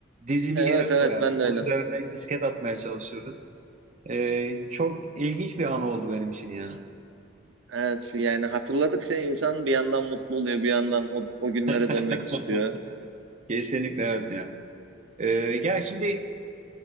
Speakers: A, on the right; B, on the right.
A: dizimi
B: E, Evet
A: yere
B: evet
A: koyardım.
B: ben de öyle
A: Onun üzerine misket atmaya çalışırdım. Ee, çok ilginç bir an oldu benim için ya.
B: Evet, yani hatırladıkça insan bir yandan mutlu oluyor, bir yandan o, o günlere
A: <laughs>
B: dönmek istiyor.
A: Kesinlikle evet ya. Ee, ya şimdi